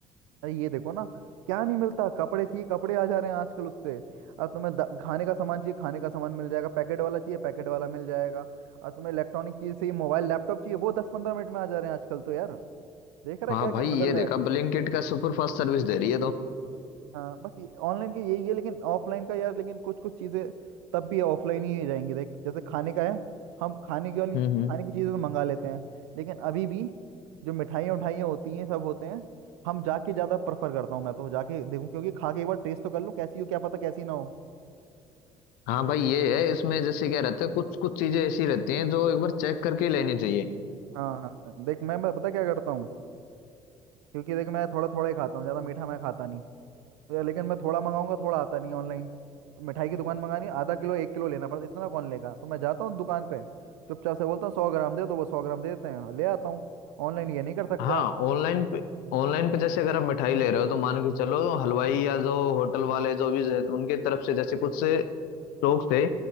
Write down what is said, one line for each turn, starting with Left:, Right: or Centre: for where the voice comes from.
Right: अरे ये देखो ना क्या नहीं मिलता कपड़े चाहिए कपड़े आ जा रहे हैं आजकल उससे और तुम्हें द- खाने का सामान चाहिए खाने का सामान मिल जाएगा पैकेट वाला चाहिए पैकेट वाला मिल जाएगा और तुम्हें इलेक्ट्रॉनिक चीज चाहिए मोबाइल लैपटॉप चाहिए वो दस पंद्रह मिनट में आ जा रहे हैं आजकल तो यार देख रहा है
Left: हाँ
Right: क्या
Left: भाई
Right: क्या बदल
Left: ये देखा
Right: रहा है
Left: ब्लिंकिट का सुपर फास्ट सर्विस दे रही है तो
Right: हाँ बस ऑनलाइन के यही है लेकिन ऑफलाइन का यार लेकिन कुछ कुछ चीज़ें तब भी ऑफलाइन ही रहेंगी देख जैसे खाने का है हम खाने की वाली
Left: हम्म
Right: ची-
Left: हम्म
Right: खाने की चीज़ें तो मंगा लेते हैं लेकिन अभी भी जो मिठाइयाँ उठाइयाँ होती हैं सब होते हैं हम जाके ज़्यादा प्रेफर करता हूँ मैं तो जाके देखूँ क्योंकि खा के एक बार टेस्ट तो कर लूँ कैसी हो क्या पता कैसी ना हो
Left: हाँ भाई ये है इसमें जैसे क्या रहता है कुछ कुछ चीजें ऐसी रहती हैं जो एक बार चेक करके ही लेनी चाहिए
Right: हाँ हाँ देख मैं मैं पता क्या करता हूँ क्योंकि देख मैं थोड़ा थोड़ा ही खाता हूँ ज़्यादा मीठा मैं खाता नहीं तो लेकिन मैं थोड़ा मंगाऊंगा थोड़ा आता नहीं ऑनलाइन तो मिठाई की दुकान मंगानी आधा किलो एक किलो लेना पड़ता इतना कौन लेगा तो मैं जाता हूँ दुकान पे चुपचाप से बोलता हूँ सौ ग्राम दे तो वो सौ ग्राम दे देते हैं ले आता हूँ ऑनलाइन ये नहीं कर सकते
Left: हाँ
Right: आप
Left: ऑनलाइन पे ऑनलाइन पे जैसे अगर आप मिठाई ले रहे हो तो मान के चलो हलवाई या जो होटल वाले जो भी हैं, उनके तरफ से जैसे कुछ स्टॉक थे